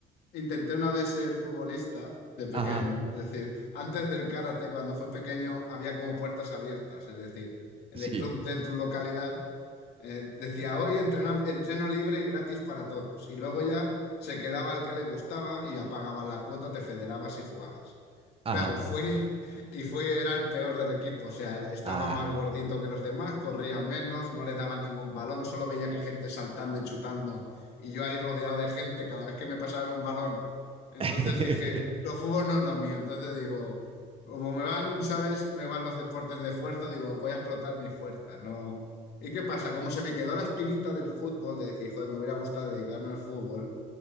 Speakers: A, on the left; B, on the right.
A: intenté una vez ser futbolista de pequeño,
B: Ajá.
A: es decir, antes del karate, cuando fue pequeño, había como puertas abiertas, es decir, en
B: Sí.
A: el club de tu localidad. Eh, decía, hoy entrena- entreno libre y gratis para todos. Y luego ya se quedaba el que le gustaba y apagaba la cuota, te federabas y jugabas.
B: Ajá.
A: Claro, fui y fui, era el peor del equipo, o sea, estaba
B: Ah.
A: más gordito que los demás, corría menos, no le daba ningún balón, solo veía que gente saltando y chutando y yo ahí rodeado de gente cada vez que me pasaban un balón. Entonces
B: <laughs>
A: dije, los fútbol no es lo mío, entonces digo, como me van, ¿sabes? Me van los deportes de fuerza, digo, voy a explotar mi fuerza, ¿no? ¿Y qué pasa? Como se me quedó la espinita del fútbol, de decir, joder, me hubiera gustado dedicarme al fútbol,